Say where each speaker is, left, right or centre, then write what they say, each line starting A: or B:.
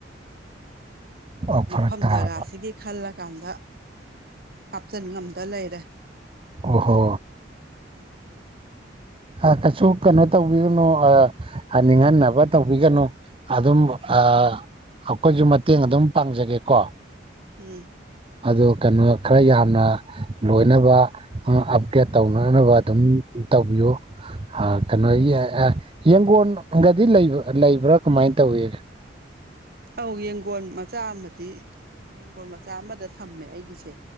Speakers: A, on the right; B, on the right.
A: <inaudible>
B: ꯑꯣ
A: ꯃꯐꯝ
B: ꯐꯔꯛ ꯇꯥꯔꯕ
A: ꯖꯒꯥꯁꯤꯒꯤ ꯈꯜꯂꯀꯥꯟꯗ ꯍꯥꯞꯆꯟ ꯉꯝꯗ ꯂꯩꯔꯦ
B: ꯑꯣꯍꯣ ꯑꯥ ꯀꯩꯁꯨ ꯀꯩꯅꯣ ꯇꯧꯕꯤꯔꯨꯅꯣ <unintelligible> ꯅꯤꯡꯍꯟꯅꯕ ꯇꯧꯕꯤꯒꯅꯨ ꯑꯗꯨꯝ
A: ꯍꯣꯏ
B: ꯑꯥ
A: ꯍꯣꯏ
B: ꯑꯩꯈꯣꯏꯁꯨ ꯃꯇꯦꯡ ꯑꯗꯨꯝ ꯄꯥꯡꯖꯒꯦꯀꯣ <unintelligible>
A: ꯎꯝ
B: ꯑꯗꯣ ꯀꯩꯅꯣ ꯈꯔ ꯌꯥꯝꯅ ꯂꯣꯏꯅꯕ ꯑꯞꯒ꯭ꯔꯦꯗ ꯇꯧꯅꯅꯕ ꯑꯗꯨꯝ ꯇꯧꯕꯤꯌꯨ ꯑ ꯀꯩꯅꯣ <unintelligible> ꯌꯦꯡꯒꯣꯟꯒꯗꯤ ꯂꯩꯕ꯭ꯔꯥ ꯀꯃꯥꯏꯅ ꯇꯧꯋꯤ
A: ꯑꯧ ꯌꯦꯡꯒꯣꯟ ꯃꯆꯥ ꯑꯃꯗꯤ ꯌꯦꯡꯒꯣꯟ ꯃꯆꯥ ꯑꯃꯗ ꯊꯝꯃꯦ ꯑꯩꯒꯤꯁꯦ